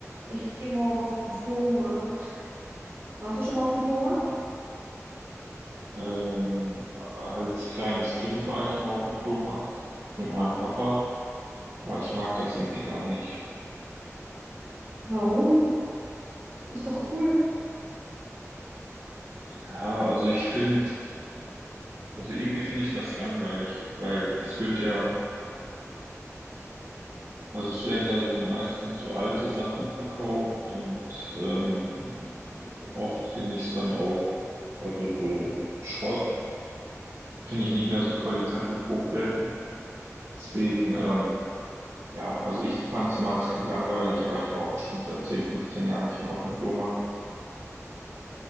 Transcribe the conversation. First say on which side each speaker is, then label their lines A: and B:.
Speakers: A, on the right; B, on the right.
A: Ich gehe morgen auf den Flohmarkt. Warst du schon mal auf dem Flohmarkt?
B: Ähm, als kleines Kind war ich mal auf dem Flohmarkt mit meinem Papa, aber ich mag das irgendwie gar nicht.
A: Warum? Ist doch cool.
B: Ja, also ich finde, also irgendwie finde ich das langweilig, weil es wird ja, also es werden ja so meistens so alte Sachen verkauft und ähm, oft finde ich es dann auch, also so Schrott, finde ich nicht mehr so qualitativ hochwertig. Deswegen, ähm, Ja, also ich fand es immer als Kind langweilig, aber ich war auch bestimmt seit 10, 15 Jahren nicht mehr auf dem Flohmarkt.